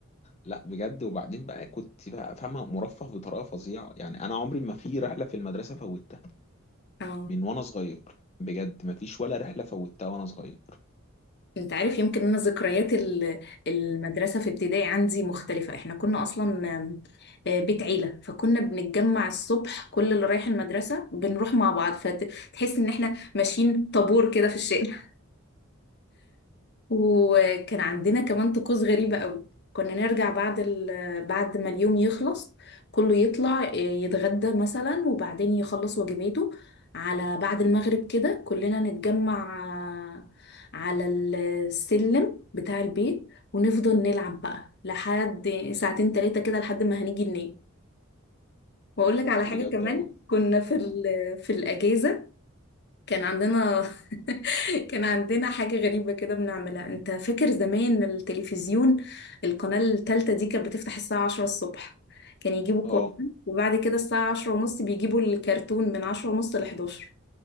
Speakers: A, on the left; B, on the left.
A: لا بجد وبعدين بقى كنت بقى فاهمه مرفه بطريقه فظيعه يعني انا عمري ما في رحله في المدرسه فوتها
B: اه
A: من وانا صغير بجد ما فيش ولا رحله فوتها وانا صغير
B: انت عارف يمكن انا ذكريات ال- المدرسه في ابتدائي عندي مختلفه احنا كنا اصلا آم، آه، بيت عيله فكنا بنتجمع الصبح كل اللي رايح المدرسه بنروح مع بعض فتحس ان احنا ماشيين طابور كده في الشارع وكان عندنا كمان طقوس غريبة قوي كنا نرجع بعد ال... بعد ما اليوم يخلص كله يطلع يتغدى مثلا وبعدين يخلص واجباته على بعد المغرب كده كلنا نتجمع على السلم بتاع البيت ونفضل نلعب بقى لحد ساعتين تلاتة كده لحد ما هنيجي ننام واقول لك على
A: بجد
B: حاجة كمان
A: اه
B: كنا في
A: مم.
B: ال... في الأجازة كان عندنا <laughs> كان عندنا حاجة غريبة كده بنعملها انت فاكر زمان التلفزيون القناة التالتة دي كانت بتفتح الساعة عشرة الصبح كان يجيبوا
A: اه
B: قرآن وبعد كده الساعة عشرة ونص بيجيبوا الكرتون من عشرة ونص لحداشر